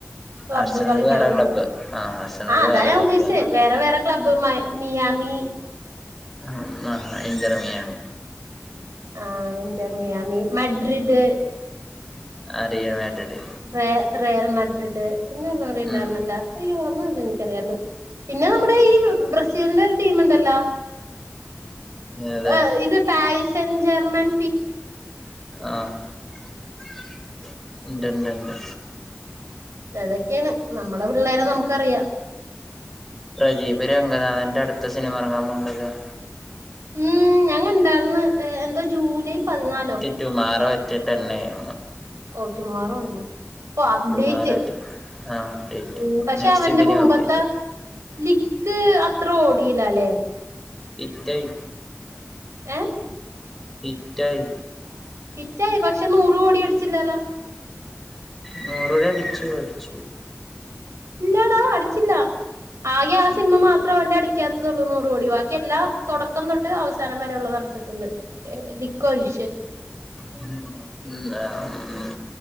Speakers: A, on the right (about 75°); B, in the centre.
A: ക്ലബ്ബ്
B: ആർസണൽ
A: കളിക്കണത്.
B: വേറെ ക്ലബ്ബ് ആ ആർസണൽ
A: ആഹ്, അതാ
B: വേറെ
A: ഞാൻ
B: ക്ലബ്ബ്
A: ഉദ്ദേശിചച്ചേ, വേറെ വേറെ ക്ലബ് മയ്, മിയാമി
B: ആഹ്, ആഹ് എന്റെറ് മിയാമി
A: ആഹ്, എന്റർ മിയാമി, മഡ്രിഡ്
B: അർഡിയോ മെഡ്രിഡ്
A: വേ.., റിയൽ മഡ്രിഡ്. പിന്നെ ഒന്നുകൂടെ ഉണ്ടായിരുന്നല്ലോ?
B: ഉം
A: അയ്യോ.. ! അതെന്ക് അറിയായിരിന്ന്. പിന്നെ, നമ്മുടെ ഈ ബ്രസീലിന്റെ ഒരു ടീം ഉണ്ടല്ലോ?
B: അതെ
A: അഹ്, ഇത് പായ്സെൻ ജർമൻ
B: ആഹ് <unintelligible> ണ്ട്, ണ്ട്, ണ്ട്
A: അതൊക്കേണ്. നമ്മടെ പിള്ളേരെ നമുക്കറിയാം.
B: പ്രദീപ് രംഗനാഥന്റെ അടുത്ത സിനിമ ഇറങ്ങാൻ പോവുണ്ടല്ലോ. !
A: ഉം, ഞാൻ കണ്ടായിരിന്ന്. എന്താ ജൂലൈ പതിനാലോ?
B: Tomorrow at ten A യെമ്മ്.
A: ഓഹ്! റ്റുമാറോ ആയിരുന്നോ?? ഓഹ് അപ്ഡേറ്റ്.
B: ടുമാറോ അറ്റ് ആ അപ്ഡേറ്റ്
A: ഉം, പക്ഷെ
B: നെക്സ്റ്റ്
A: അവന്റെ
B: ഫിലിം
A: മുമ്പത്തെ
B: അപ്ഡേറ്റ്
A: ലിക്ക് അത്ര ഓടീലാ ല്ലേ?
B: ഹിറ്റായി
A: ഏ
B: ഹിറ്റായി
A: ഹിറ്റായി പക്ഷെ, നൂറ് കോടി അടിച്ചില്ലല്ലോ?
B: നൂറോടി അടിച്ചു, അടിച്ചു.
A: ഇല്ലാടാ അടിച്ചില്ല. ആകെ ആ
B: അടിച്ചു
A: സിനിമ മാ മാത്ര വന്റെ അടിക്കാത്തതൊള്ളൂ നൂറ് കോടി. ബാക്കി എല്ലാം തൊടക്കം തൊട്ട് അവസാനം വരെ ഉള്ളതാ <unintelligible> <unintelligible> ണ്ട് ലിക്കൊഴിച്ച്
B: ഉം. ഉം, ആഹ്, ഉം